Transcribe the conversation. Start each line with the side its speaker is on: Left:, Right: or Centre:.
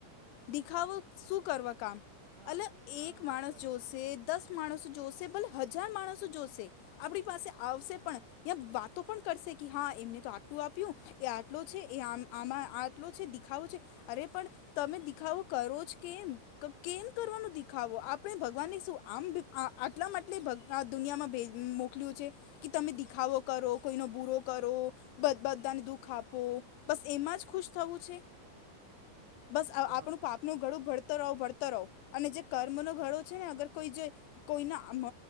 Left: દિખાવ શું કરવા કામ
Right: હા
Left: અલ
Right: દેખાડો
Left: એક
Right: ના
Left: માણસ
Right: કરો
Left: જોશે દસ માણસો જોશે ભલે હજાર માણસો જોશે. આપડી પાસે આવશે પણ યા વાતો પણ કરશે કે હા એમને તો આટલું આપ્યું. એ આટલો છે એ આમ આમાં આટલો છે દેખાવો છે. અરે પણ તમે દિખાવો કરો જ કેમ કેમ કરવાનું દેખાવો આપ પણે ભગવાનને શું આમ આટલામાં આટલે દુનિયામાં ભેરવીને મોકલ્યું છે. કે તમે દેખાવો કરો કોઈનો બુરો કરો બદ બધાને દુઃખ આપો બસ એમાં જ ખુશ થવું છે બસ આપણું
Right: હા
Left: પાપ નું ઘડું ભડત રહો ભડત રહો અને જે કર્મનો ઘડો છે ને અગર કોઈ જો કોઈના મ